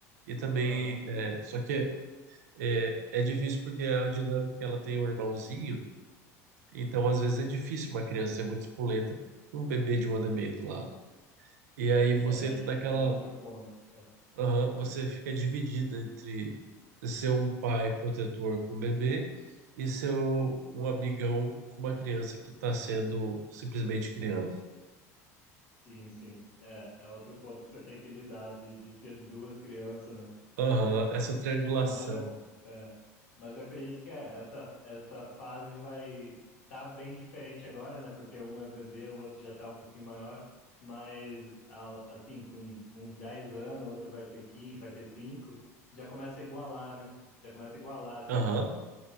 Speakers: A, on the right; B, on the left.
A: E também,
B: aham,
A: é, só que é, é difícil porque a dinâmica que ela tem um irmãozinho, então às vezes é difícil uma criança ser muito espoleta com um bebê de um ano e meio do lado. E aí você
B: é,
A: entra
B: e é,
A: naquela
B: é outro ponto, é.
A: Aham, você fica dividida entre ser um pai protetor com um bebê e ser um um amigão com uma criança que está sendo simplesmente criança.
B: sim, sim, é, é outro ponto que você tem que lidar de, de ter duas crianças, né?
A: Aham, essa triangulação.
B: Mas eu, é, mas eu acredito que é, essa, essa fase vai tá bem diferente agora, né? Porque um é bebê, o outro já tá um pouquinho maior. Mas, a- assim, com, com uns 10 anos, o outro vai ter 15, vai ter 5 já começa a igualar, né? Já começa a igualar, assim,
A: Aham,
B: o,